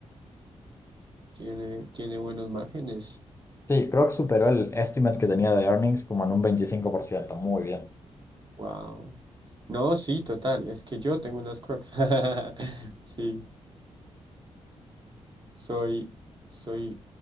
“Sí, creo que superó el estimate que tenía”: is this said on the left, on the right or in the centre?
Left